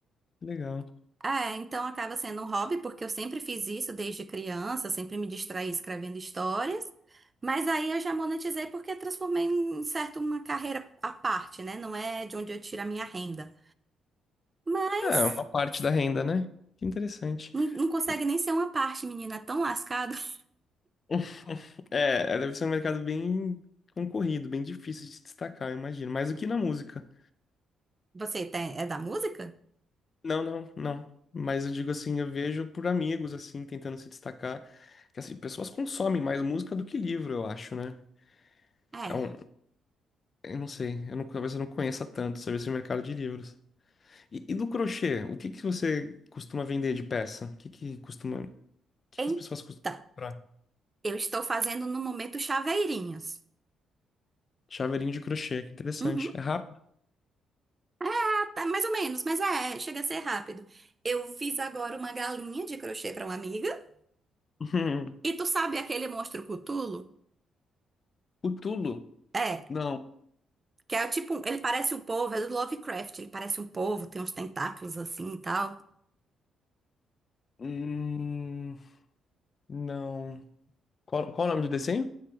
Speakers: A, on the left; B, on the right.
A: Que legal.
B: É, então acaba sendo um hobby, porque eu sempre fiz isso desde criança, sempre me distraí escrevendo histórias. Mas aí eu já monetizei porque transformei em um certo uma carreira à parte, né? Não é de onde eu tiro a minha renda. Mas
A: É, uma parte da renda, né? Que interessante.
B: não, não consegue
A: E-
B: nem ser uma parte, menina, é tão lascado. <laughs>
A: <laughs> É, deve ser um mercado bem concorrido, bem difícil de se destacar, eu imagino. Mais do que na música.
B: Você tem, é da música?
A: Não, não, não. Mas eu digo assim, eu vejo por amigos, assim, tentando se destacar. Que, assim, pessoas consomem mais música do que livro, eu acho, né?
B: É.
A: É um, Eu não sei, eu não, talvez eu não conheça tanto sobre esse mercado de livros. E, e do crochê, o que que você costuma vender de peça? O que que costuma, o que
B: Então,
A: que as pessoas costumam comprar?
B: eu estou fazendo no momento chaveirinhos.
A: Chaveirinho de crochê, que interessante.
B: Uhum,
A: É rápido? <laughs>
B: ah, tá, mais ou menos, mas é, chega a ser rápido. Eu fiz agora uma galinha de crochê para uma amiga.
A: Uhum.
B: E tu sabe aquele monstro Cthulhu?
A: O Tulo?
B: É,
A: Não.
B: que é tipo, um- ele parece um povo, é do Lovecraft, ele parece um povo, tem uns tentáculos assim e tal.
A: Hum, não. Qual, qual o nome do desenho?